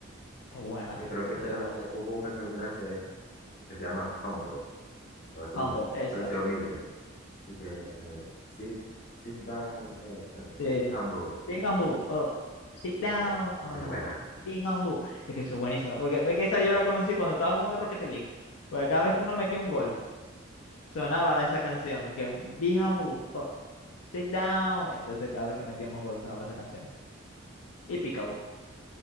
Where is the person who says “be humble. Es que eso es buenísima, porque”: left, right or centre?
Left